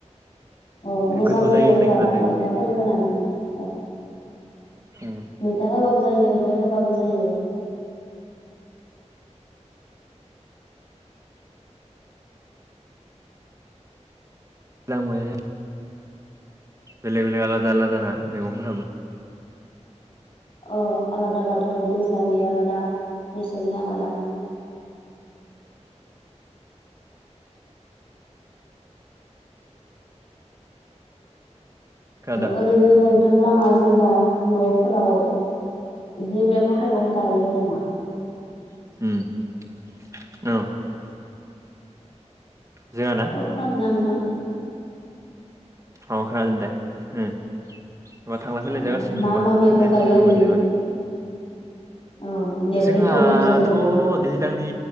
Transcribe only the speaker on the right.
गोथाव
होननाय
खोनादो
उम
<unintelligible> बेलेग बेलेग आलादा आलादा ना मैगंफोराबो
खोनादो
<unintelligible> औ जोंहाना
आं खोनादों दे <unintelligible> माबा थांलाय फैलाय
जागासिनो नङाबा
खोनाया
खोनाया
मोनदो माने
जोंहाथ'
दैज्लांनि